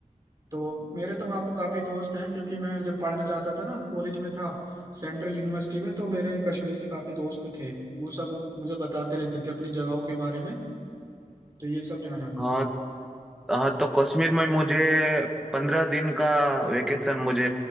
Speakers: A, on the right; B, in the centre.
A: तो मेरे तो वहाँ पर काफ़ी दोस्त हैं क्योंकि मैं जब पढ़ने जाता था ना कॉलेज में था सेंट्रल यूनिवर्सिटी में तो मेरे कश्मीर से काफ़ी दोस्त थे वो सब मुझे बताते रहते थे अपनी जगहों के बारे में तो ये सब जाना
B: हाँ हाँ तो कश्मीर में मुझे पंद्रह दिन का वेकेशन मुझे